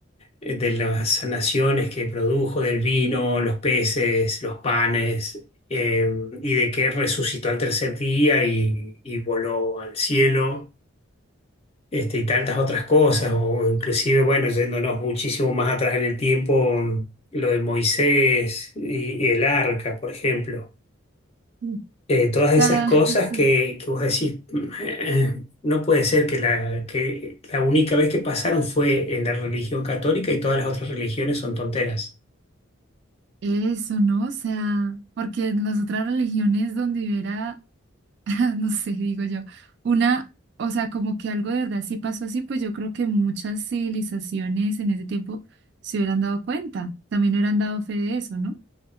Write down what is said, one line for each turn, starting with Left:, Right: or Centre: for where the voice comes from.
Left: eh, de las sanaciones que produjo, del vino, los peces, los panes, eh, y de que resucitó al tercer día y y voló al cielo este, y tantas otras cosas, o inclusive, bueno, yéndonos muchísimo más atrás en el tiempo, mm, lo de Moisés y, y el arca, por ejemplo.
Right: Mm. O
Left: Eh, todas
Right: sea,
Left: esas cosas
Right: <laughs> sí.
Left: que, que vos decís, <laughs> no puede ser que la, que la única vez que pasaron fue en la religión católica y todas las otras religiones son tonteras.
Right: Eso, ¿no? O sea, porque en las otras religiones donde hubiera, <laughs> no sé, digo yo, una, o sea, como que algo de verdad sí pasó así, pues yo creo que muchas civilizaciones en ese tiempo se hubieran dado cuenta, también hubieran dado fe de eso, ¿no?